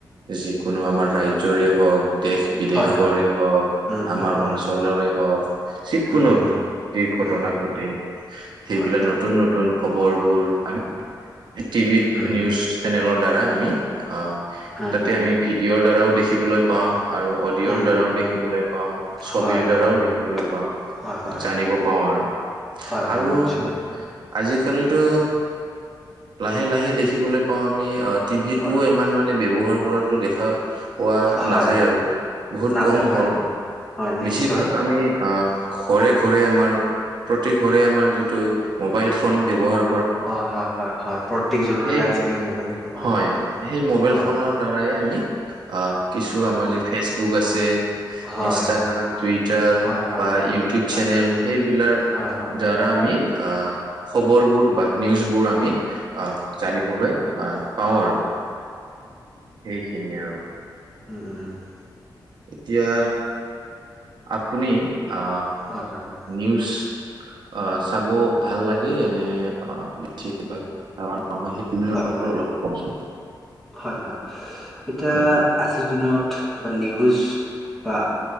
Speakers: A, on the right (about 70°); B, in the centre.
A: যিকোনো আমাৰ ৰাজ্যৰে হওক দেশ বিদেশৰে
B: হয়, হয়,
A: হওক
B: উম,
A: আমাৰ
B: উম, উম,
A: অঞ্চলৰে হওক যি
B: উম,
A: কোনো
B: উম,
A: যি ঘটনা
B: উম,
A: ঘটে সেইবিলাক
B: হয়,
A: নতুন নতুন খবৰবোৰ আমি টি ভিত
B: উম,
A: নিউজ নিউজ চেনেলৰ দ্বাৰা আমি আহ
B: উম,
A: তাতে
B: উম,
A: আমি ভিডিঅৰ দ্বাৰাও দেখিবলৈ পাওঁ আৰু অডিঅ'ৰ
B: উম,
A: দ্বাৰাও
B: উম,
A: দেখিবলৈ পাওঁ ছবিৰ
B: হয়,
A: দ্বাৰাও
B: হয়,
A: দেখিবলৈ পাওঁ
B: হয়, হয়,
A: জানিব
B: হয়,
A: পাও আৰু
B: হয়,
A: আৰু
B: হয়, নিশ্চয়,
A: আজিকালিতো লাহে লাহে দেখিবলৈ পাও আমি টিভি
B: হয়,
A: টোও ইমান মানে ব্যৱহাৰ কৰাটো দেখা পোৱা
B: হয়,
A: নাযায় আৰু বহুত
B: নাযায়,
A: কম
B: হয়,
A: হ'ল
B: হয়, হয়,
A: বেছিভাগ
B: নিশ্চয়,
A: আমি আহ ঘৰে ঘৰে আমাৰ প্ৰতি ঘৰে আমাৰ যিটো মোবাইল ফোন ব্যৱহাৰ
B: অ হয় হয় হয় প্ৰত্যেকজনৰ
A: সেই
B: আজিকালি মবাইল দেখ পাওঁ
A: হয় সেই মোবাইল
B: হয়
A: ফোনৰ দ্বাৰাই আমি আহ কিছু
B: হয়, হয়,
A: আমাৰ যি ফেচবুক আছে
B: হয়,
A: ইনষ্টাগ্ৰাম টুইটাৰ
B: হয়, হয়, হয়,
A: বা ইউটিউব
B: হয়,
A: চেনেল সেইবিলাক
B: হয়, হয়
A: দ্বাৰা আমি আহ খবৰ বোৰ বা নিউজবোৰ আমি আহ জানিবলৈ বা পাওঁ আৰু এইখিনিয়ে আৰু
B: উম
A: এতিয়া আপুনি আহ
B: <unintelligible>
A: নিউজ আ চাব ভাল লাগে নে অ বেছ ভাগ খ হয় <unintelligible> সেইবিলাক
B: হয়।
A: অলপ কবচোন
B: হয় হয় এতিয়া
A: হয়
B: আজিৰ দিনত নিউজ বা